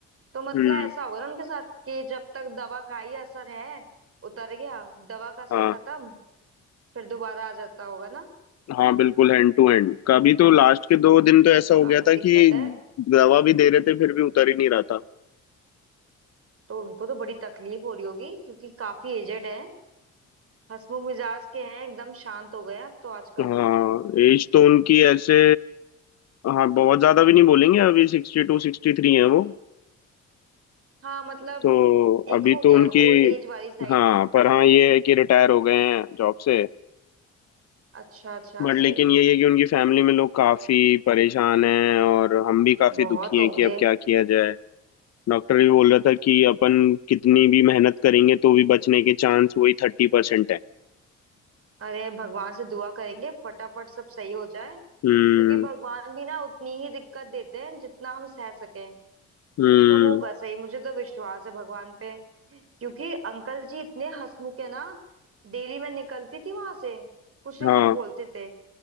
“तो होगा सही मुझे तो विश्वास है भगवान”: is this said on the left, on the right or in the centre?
Right